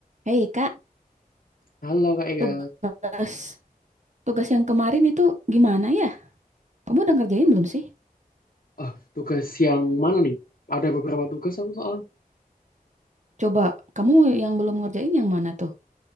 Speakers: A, on the right; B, on the left.
A: Hei Kak,
B: Halo Kak Ega.
A: tugas tugas yang kemarin itu gimana ya? Kamu udah ngerjain belum sih?
B: Oh, tugas yang mana nih? Ada beberapa tugas aku soalnya.
A: Coba kamu yang belum ngerjain yang mana tuh?